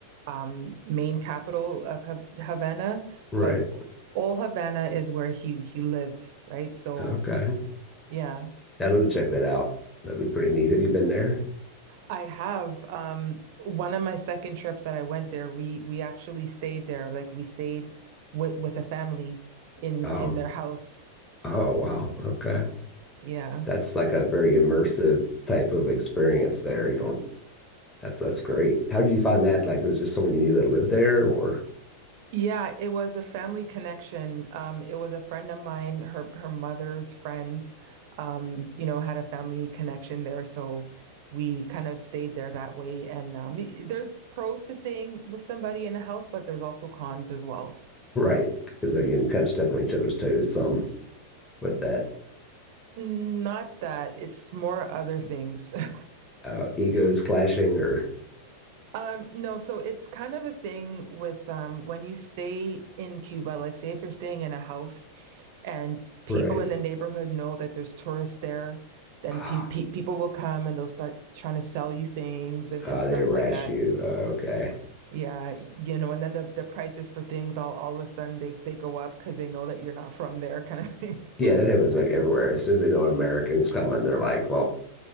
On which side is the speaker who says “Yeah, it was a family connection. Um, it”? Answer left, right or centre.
Right